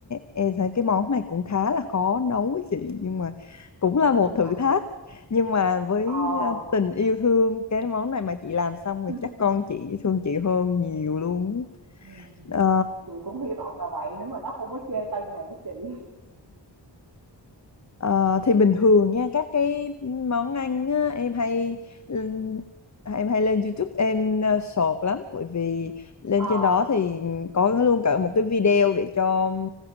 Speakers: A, on the left; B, on the right.
A: em thấy cái món này cũng khá là khó nấu ấy chị nhưng mà cũng
B: Ồ
A: là một
B: vậy
A: thử
B: hả?
A: thách. Nhưng mà với
B: ồ
A: à, tình yêu thương cái món này mà chị làm xong rồi
B: <laughs>
A: chắc con chị thương chị hơn nhiều luôn.
B: Ừ.
A: á.
B: chị cũng hy vọng là vậy nếu mà nó không có chê tay nghề của chị
A: Ờ, thì bình thường nha các cái món ăn á, em hay ừm, em hay lên YouTube em ờ, sọt lắm bởi vì lên
B: À,
A: trên đó thì có luôn cả một cái video để cho ừm,